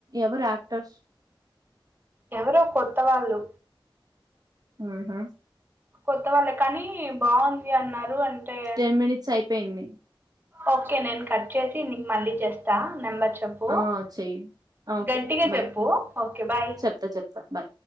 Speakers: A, on the right; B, on the right.
A: ఎవరు యాక్టర్స్
B: ఎవరో కొత్త వాళ్ళు
A: ఉహు
B: కొత్త వాళ్ళే కానీ బాగుంది అన్నారు అంటే
A: టెన్ మినిట్స్ అయిపోయింది
B: ఓకే నేను కట్ చేసి నీకు మళ్ళీ చేస్తా నెంబర్ చెప్పు
A: ఆ చెయ్యి ఆ, ఓకే
B: గట్టిగా
A: బాయ్
B: చెప్పు ఓకే బాయ్
A: చెప్తా చెప్తా బాయ్